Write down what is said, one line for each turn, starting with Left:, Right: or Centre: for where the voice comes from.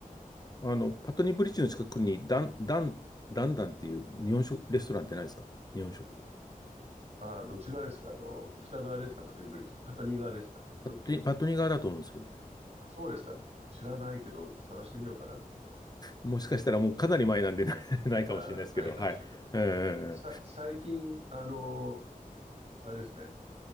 Left: あの、パトニーブリッジの近くに、ダン、ダン、ダンダンっていう日本食、レストランってないですか日本食。
Right: ああ、どっち側ですかあの、北側ですかパトニーブリッジ。パトニー側ですかど、
Left: パトニー、パトニー側だと思うんですけどね。
Right: あ、そうですか。知らないけど、探してみようかな、今度。
Left: もしかしたらもうかなり前なんでな <laughs> ないかもしれないですけど、
Right: ああ、ないかもしれない。
Left: はい。え
Right: さ、最近、あの、あれですね、